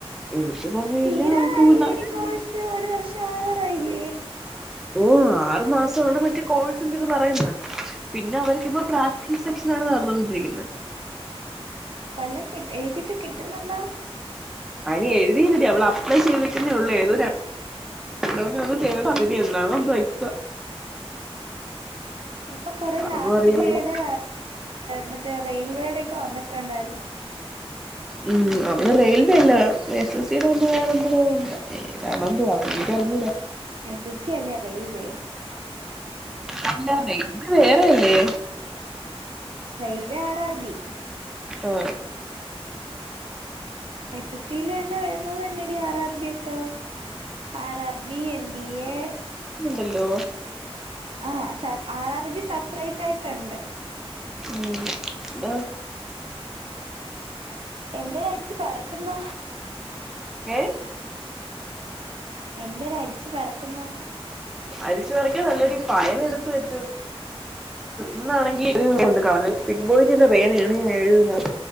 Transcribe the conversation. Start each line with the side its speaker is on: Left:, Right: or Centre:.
Centre: എനിക്ക് സമയമില്ല
Right: തീരാറായില്ലേ
Centre: അവക്ക് പിന്നെ
Right: ടി കോഴ്സ് ഒരു വർഷം ആവാറായില്ലേ
Centre: ഓ ആറു മാസമാണ് മറ്റെ കോഴ്സിന്റെ ഇത് പറയുന്ന പിന്നെ അവർക്കിപ്പോ പ്രാക്റ്റീസ് സെക്ഷൻ നടന്നൊണ്ടിരിക്കുന്നത്
Right: വല്ലം കിട്ടി എഴുതിട്ട് കിട്ടുന്നുണ്ടോ
Centre: അതിന് എഴുതില്ലടി അവള് അപ്ലൈ ചെയ്തേക്കുന്നേ ഉള്ളൂ ഏതൊ ര രണ്ടന്ന ചെയ്ത് അതിന് എന്നാണോ എന്തോ എക്സാം
Right: ഇപ്പൊ കൊറേ
Centre: അതൊന്നും
Right: ലാസ്റ്റ്
Centre: അറിയാൻ
Right: ഗ്രേഡ്
Centre: വയ്യ
Right: മറ്റേ റെയിൽവേയുടെക്കെ വന്നിട്ടുണ്ടായിരുന്നു
Centre: ഉം അവള് റെയിൽവേ അല്ല എസ് എസ് സി ന്ന് പറഞ്ഞ വേറെ എന്താരാ ന്തോ എനിക്കഅറിഞ്ഞൂട
Right: എസ് എസ് സി അല്ലേ റേയിൽവേ
Centre: അല്ല റെയിൽവേ വേറെ അല്ലേ
Right: റെയിൽവേ ആർ ആർ ബി
Centre: ആ
Right: എസ് എസ് സി ൽ തന്നെ വരുന്നത് തന്നടി ആർ ആർ ബി ഒക്കെ R R B N D A
Centre: hello
Right: ആ സ ആർ ആർ ബി സെപ്പറേറ്റ് ആയിട്ടുണ്ട്
Centre: ഉ ബ
Right: എന്ത അരിച്ചു പറക്കുന്ന
Centre: ഏ
Right: എന്തര് അരിച്ചു പറക്കുന്ന
Centre: അരിച്ചു പറക്കിയത് അല്ലെടി ഫയല് എടുത്ത് വെച്ചത് ഇന്നാണെങ്കി ഒരു പേന കൊണ്ട് കളഞ്ഞു പിൻ പോയിന്റ്ന്റെ പേന യാണ് ഞാൻ എഴുതുന്നത്